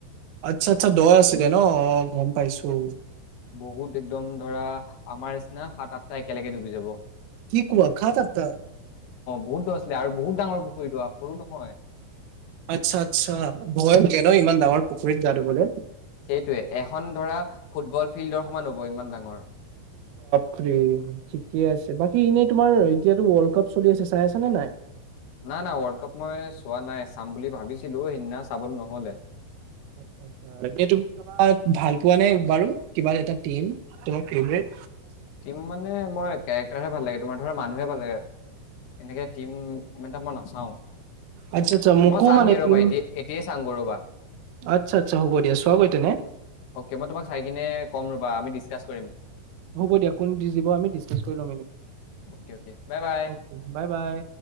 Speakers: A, on the right (about 85°); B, on the left (about 70°).
A: আচ্ছা আচ্ছা দয় আছিলে ন গম পাইছোঁ।
B: বহুত একদম ধৰা আমাৰ নিচিনা সাত আঠটা একেলগে ডুবি যাব। অ
A: কি কোৱা খাত আটা
B: বহুত দূৰ আছিলে আৰু বহুত ডাঙৰ পুখুৰীটো আগ সৰু নহয়।
A: আচ্ছা আচ্ছা ভয় লাগে ন ইমান ডাঙৰ পুখুৰীত গা ধুবলৈ
B: সেইটোৱে এখন ধৰা ফুটবল ফিল্ডৰ সমান হ'ব ইমান ডাঙৰ।
A: ফিল্ড ঠিকে আছে। বাকী এনেই তোমাৰ এতিয়াটো ৱৰ্ল্ড কাপ চলি আছে চাই আছা নে নাই?
B: না না ৱৰ্ল্ড কাপ মই চোৱা নাই চাম বুলি ভাবিছিলো সেইদিনা চাবলে নহ'লে।
A: আচ্ছা আচ্ছা। বাকী এইটো তুমি কাবাক ভাল পোৱা নে বাৰু কিবা এটা টিম তুমি ফেভেৰেত
B: টিম মানে মই কেৰেক্টাৰ হে ভাল লাগে তোমাৰ ধৰা মানুহে ভাল লাগে। এনেকে টিম ইমান এটা মই নাচাওঁ।
A: আচ্ছা আচ্ছা মোকো
B: মই চাংগে
A: মানে
B: ৰ'বা
A: টিম
B: এতিয়া এতিয়াই চাম গৈ ৰ'বা।
A: আচ্ছা আচ্ছা হ'ব দিয়া চোৱাগৈ তেনে
B: অকে মই তোমাক চাই কিনে কম ৰবা আমি ডিচকাছ কৰিম।
A: হ'ব দিয়া। কোন জিকিব আমি ডিছকাছ কৰি ল'ম এনেই
B: okay okay bye bye.
A: Okay bye বাই।